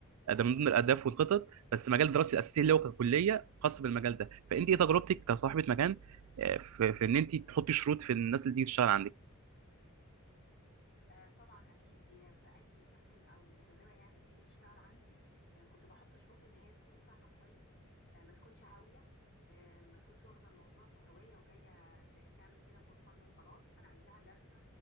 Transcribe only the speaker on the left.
آه طبعا اكيد دي في اي كابتن او مدربه يعني بتيجي تشتغل عندي آه كنت بحط شروط ان هي تكون فاهمه كويس آه ما تكونش هاويه آه ما تكونش واخده الموضوع كهوايه وجايه ت- تعمل كده فور فن وخلاص انا عايزاها دارسه